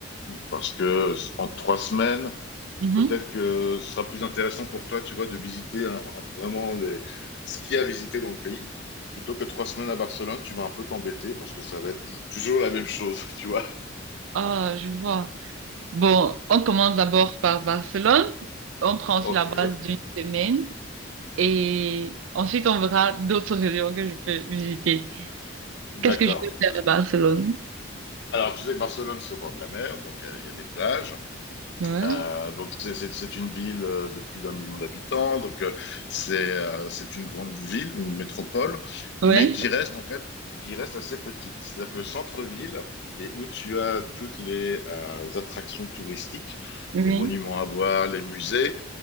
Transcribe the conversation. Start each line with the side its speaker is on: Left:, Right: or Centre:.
Left: parce que en trois semaines,
Right: Mhm.
Left: peut-être que ce sera plus intéressant pour toi, tu vois, de visiter un- un- vraiment les- ce qu'il y a à visiter dans le pays. Plutôt que trois semaines à Barcelone, tu vas un peu t'embêter parce que ça va être tou- toujours la même chose, <laughs> tu vois.
Right: Ah, je vois. Bon, on commence d'abord par Barcelone. On prend sur
Left: Ok,
Right: la base d'une semaine et ensuite on verra d'autres régions que je peux visiter.
Left: d'accord.
Right: Qu'est-ce que je peux faire à Barcelone?
Left: Alors, tu sais que Barcelone, c'est au bord de la mer, donc il y, a il y a des plages.
Right: Ouais.
Left: Euh, donc, c'est c'est- c'est une ville euh, de plus d'un million d'habitants. Donc, euh, c'est euh, c'est une grande ville, une métropole,
Right: Ouais.
Left: mais qui reste en fait, qui reste assez petite. C'est-à-dire que le centre-ville, et où tu as toutes les euh, attractions touristiques,
Right: Oui.
Left: les monuments à voir, les musées,